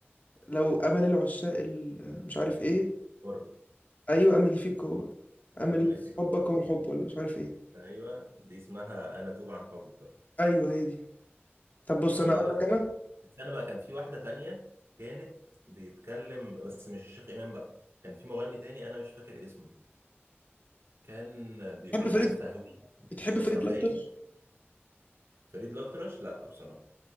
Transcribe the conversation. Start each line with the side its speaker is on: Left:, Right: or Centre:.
Left: لو امل العشاق ال- مش عارف ايه
Right: قرب
Left: ايوه املي فيك هو
Right: انا
Left: املي
Right: امل
Left: في
Right: فيك
Left: حبك
Right: هو الحب
Left: هو الحب ولا مش عارف ايه
Right: ايوه دي اسمها انا توب عن حبك
Left: ايوه هي دي طب بص
Right: دي
Left: انا اقول
Right: لذيذة
Left: لك انا
Right: برضه بس أنا بقى كان في واحدة تانية كانت بيتكلم بس مش الشيخ إمام بقى كان في مغني تاني أنا مش فاكر اسمه كان بيقولها
Left: بتحب فريد
Right: في تهويه
Left: بتحب
Right: مسرحية
Left: فريد الاطرش
Right: فريد الأطرش لا بصراحة